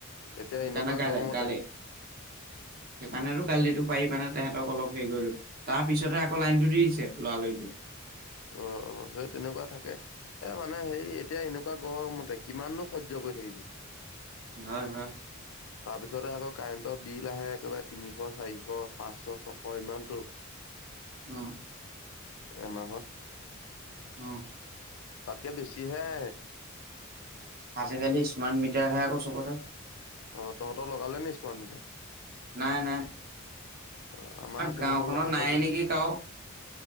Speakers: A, on the left; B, on the right.
A: এতিয়া
B: সেইকাৰণে
A: এনেকুৱা
B: গাল
A: গৰমতে
B: গালে সেইকাৰণ গালটো। পাৰি পানে তহঁতক অলপ হেৰি কৰিলো তাৰ পিছতহে আকৌ লাইনটো দিছে লৰালৰিকে।
A: উম অ। অ সেই তেনেকুৱা থাকে এ মানে হে এতিয়া এনেকুৱা গৰমতে কিমাননো সহ্য কৰি থাকিবি
B: হয় হয়।
A: তাৰপিছতে আকৌ কাৰেণ্টৰ বিল আহে একেবাৰে তিনিশ চাৰিশ পাঁচশ ছশ ইমানতো।
B: উম।
A: এমাহত
B: উম।
A: তাকে বেছি হে।
B: আজিকালি স্মাৰ্ট মিটাৰহে আকৌ চবতে
A: আহ তহঁতৰ লগালে নি স্মাৰ্ট মিটাৰ?
B: নাই নাই
A: অ আমাৰ সেইদিনাখন
B: গাঁওখনত
A: লগাই
B: নাই
A: থৈ গলহি।
B: নেকি কাৰো